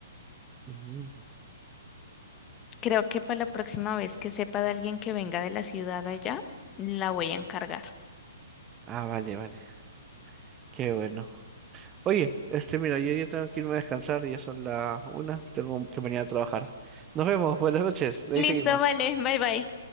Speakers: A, on the right (about 20°); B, on the left (about 20°).
A: Ujú.
B: creo que para la próxima vez que sepa de alguien que venga de la ciudad allá, la voy a encargar.
A: Ah, vale, vale. Qué bueno. Oye, este, mira, yo ya tengo que irme a descansar, ya son las una, tengo que mañana a trabajar. Nos vemos, buenas noches, de
B: Listo,
A: ahí seguimos.
B: vale, bye bye.